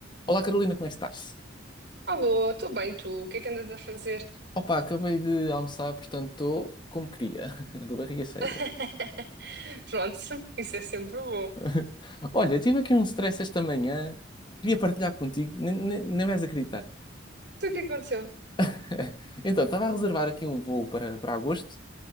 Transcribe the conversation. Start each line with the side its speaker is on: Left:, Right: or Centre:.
Left: Olá Carolina, como é que estás?
Right: Alô, estou bem, tu? O que é que andas a fazer?
Left: Opa, acabei de almoçar, portanto estou como queria, <laughs> de barriga cheia.
Right: <laughs> Pronto, isso é sempre bom.
Left: <laughs> Olha, tive aqui um stress esta manhã, queria partilhar contigo, nem, nem, nem vais acreditar.
Right: Então, o que é que aconteceu?
Left: <laughs> Então, estava a reservar aqui um voo para, para agosto,